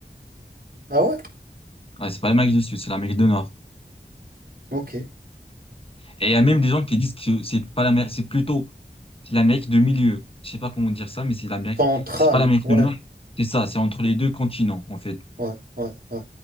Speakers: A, on the right; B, on the left.
A: Ah ouais?
B: Ouais, c'est pas l'Amérique du Sud, c'est l'Amérique du Nord.
A: Ok.
B: Et il y a même des gens qui disent que c'est pas l'Amérique, c'est plutôt c'est l'Amérique de milieu. Je sais pas comment dire ça, mais c'est l'Amérique,
A: Central.
B: c'est pas l'Amérique
A: Ouais,
B: du Nord. C'est ça, c'est entre les deux continents, en fait.
A: ouais, ouais, ouais.